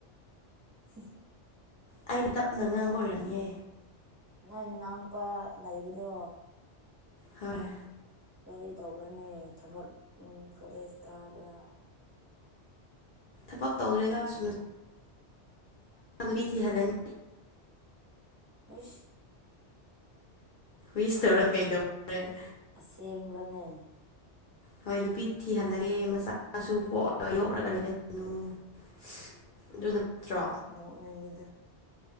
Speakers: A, on the right (about 20°); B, on the left (about 55°).
A: ꯍꯨꯝ <unintelligible>
B: ꯑꯩꯅ ꯇꯞꯅ ꯉꯥꯡꯕ ꯑꯣꯏꯔꯝꯅꯤꯌꯦ
A: ꯅꯪ ꯅꯅꯥꯎ ꯅꯨꯄꯥ ꯂꯩꯕꯗꯣ
B: ꯍꯣꯏ
A: ꯒꯥꯔꯤ ꯇꯧꯕ꯭ꯔꯅꯦ ꯊꯕꯛ ꯎ ꯀꯣꯂꯦꯖ ꯒꯥꯕ꯭ꯔꯥ
B: ꯊꯕꯛ
A: ꯅꯣꯏꯅ
B: ꯇꯧꯇꯦꯗꯃꯥ
A: ꯂꯩꯃꯤꯟ
B: ꯅꯨꯄꯤ ꯊꯤꯍꯜꯂꯅꯤ
A: ꯍꯣꯏ <inaudible>
B: ꯨꯋꯤꯁ ꯇꯧꯔꯦ ꯀꯩꯗꯧꯔꯦ <inaudible>
A: ꯑꯁꯦꯡꯕꯅꯦ
B: ꯍꯣꯏ ꯅꯨꯄꯤ ꯊꯤꯍꯜꯂꯒꯦ ꯃꯆꯥ ꯃꯁꯨ ꯄꯣꯛꯑ ꯌꯣꯛꯂꯒ ꯂꯩꯒꯠꯅꯨ <inaudible> ꯑꯗꯨꯅ ꯐꯠꯇ꯭ꯔꯣ
A: ꯅꯣꯡꯅꯤꯡꯢꯗ